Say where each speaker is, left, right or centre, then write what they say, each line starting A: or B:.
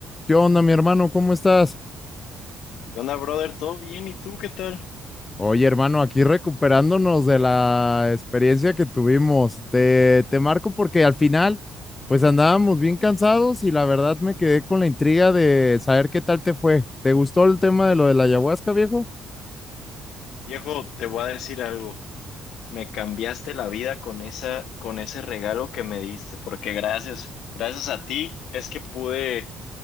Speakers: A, on the left; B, on the left.
A: ¿Qué onda, mi hermano? ¿Cómo estás?
B: ¿Qué onda, brother? ¿Todo bien? ¿Y tú qué tal?
A: Oye, hermano, aquí recuperándonos de la experiencia que tuvimos. Te, te marco porque al final, pues andábamos bien cansados y la verdad me quedé con la intriga de saber qué tal te fue. ¿Te gustó el tema de lo de la ayahuasca, viejo?
B: Viejo, te voy a decir algo. Me cambiaste la vida con esa, con ese regalo que me diste, porque gracias, gracias a ti es que pude,